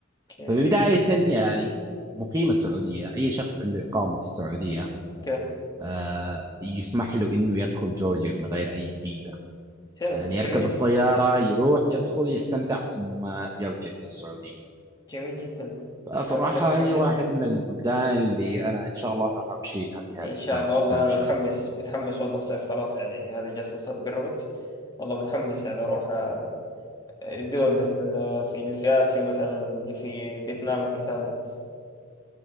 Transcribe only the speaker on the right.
فبداية يعني مقيم السعودية أي شخص عنده إقامة في السعودية
آه، يسمح له إنه يدخل جورجيا من غير أي فيزا
يعني يركب
الطيارة يروح يدخل يستمتع ثم يرجع إلى السعودية
فصراحة
هي
واحد من البلدان اللي أنا إن شاء الله راح أمشي لها في
هذه السنة
السنة
إن شاء
الله